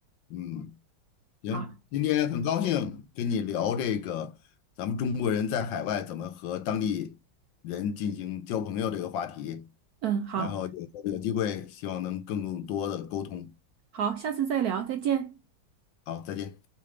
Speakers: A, on the left; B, on the right.
A: 嗯，行，
B: 好，
A: 今天很高兴跟你聊这个咱们中国人在海外怎么和当地人进行交朋友这个话题。
B: 嗯，好，
A: 然后有有机会希望能更多的沟通。
B: 好，下次再聊，再见。
A: 好，再见。